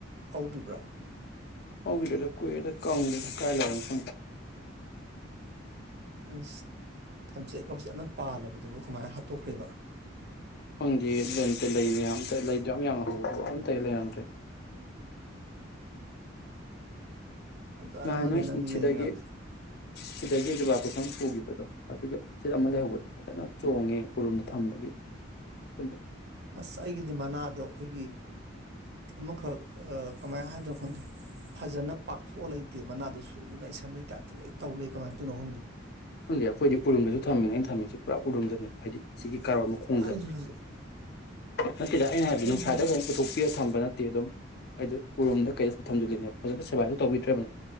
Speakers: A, on the right (about 55°); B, on the left (about 55°).
A: ꯍꯧꯗ꯭ꯔꯤꯕ꯭ꯔꯥ
B: ꯍꯧꯒꯤꯗ꯭ꯔꯦꯗ ꯀꯨꯏꯔꯦꯗ ꯀꯪꯒꯔꯦꯗ ꯀꯥꯏ ꯂꯩꯑꯣ ꯈꯪꯗꯦ <inaudible>
A: ꯑꯁ ꯊꯝꯆꯦꯠ ꯑꯗꯨ ꯐꯖꯅ ꯄꯥꯜꯂꯕꯗꯨꯕꯨ ꯀꯃꯥꯏꯅ ꯍꯥꯠꯇꯣꯛꯈ꯭ꯔꯦꯕ
B: <unintelligible> ꯇꯍꯦ ꯂꯩꯔꯝꯗ꯭ꯔꯦ
A: ꯐꯖꯔꯝꯕꯅꯦ
B: ꯅꯍꯥꯟ ꯅꯣꯏ
A: ꯅꯪꯒꯤ
B: ꯁꯤ ꯁꯤꯗꯒꯤ
A: ꯂꯩ ꯃꯌꯥꯝꯗꯣ
B: ꯁꯤꯗꯒꯤ ꯖꯨꯕꯥꯞ ꯀꯨꯁꯨꯝ ꯄꯨꯈꯤꯕꯗꯣ ꯑꯗꯨꯒ ꯁꯤꯗ ꯑꯃ ꯂꯩꯍꯧꯕꯗꯣ ꯐꯖꯅ ꯆꯣꯡꯉꯦ ꯎꯔꯨꯝꯗ ꯊꯝꯕꯒꯤ ꯀꯨꯂꯣ
A: ꯑꯁ ꯑꯩꯒꯤꯗꯤ ꯃꯅꯥꯗꯣ ꯑꯩꯈꯣꯏꯒꯤ ꯑꯃꯈꯛ ꯑ ꯀꯃꯥꯏꯅ ꯍꯥꯏꯗꯣꯏꯅꯣ ꯈꯪꯗꯦ ꯐꯖꯅ ꯄꯥꯛꯊꯣꯛꯑ ꯂꯩꯇꯦ ꯃꯅꯥꯗꯣ ꯁꯨꯔꯨꯖꯨ ꯅꯩꯁꯟꯕꯩ ꯇꯥꯏꯞꯇ ꯂꯣꯏ ꯇꯧ ꯂꯩ ꯀꯃꯥꯏ ꯇꯧꯏꯅꯣ ꯈꯪꯗꯦ
B: ꯈꯪꯗꯦ ꯑꯩꯈꯣꯏꯗꯤ ꯎꯔꯨꯝꯒꯁꯨ ꯊꯝꯃꯤꯅꯦ ꯑꯩꯅ ꯊꯝꯃꯤꯁꯦ ꯄꯨꯔꯥ ꯎꯔꯨꯝꯗꯅꯦꯕ ꯍꯥꯏꯗꯤ ꯁꯤꯒꯤ ꯀꯥꯔꯣꯠ ꯃꯈꯣꯡꯗ
A: ꯑꯩꯁꯨ ꯍꯧꯖꯤꯛ
B: ꯅꯠꯇꯦꯗ ꯑꯩꯅ ꯍꯥꯏꯕꯗꯤ
A: ꯑꯩꯁꯨ
B: ꯅꯨꯡꯁꯥꯗ ꯀꯩꯗ ꯄꯨꯊꯣꯛꯄꯤꯔꯒ ꯊꯝꯕ ꯅꯠꯇꯦ ꯑꯗꯨꯝ ꯑꯩꯗꯤ ꯎꯔꯨꯝꯗ ꯀꯩ ꯊꯝꯖꯦ ꯐꯖ ꯁꯦꯕꯥꯁꯨ ꯇꯧꯕꯤꯗ꯭ꯔꯕꯅꯦ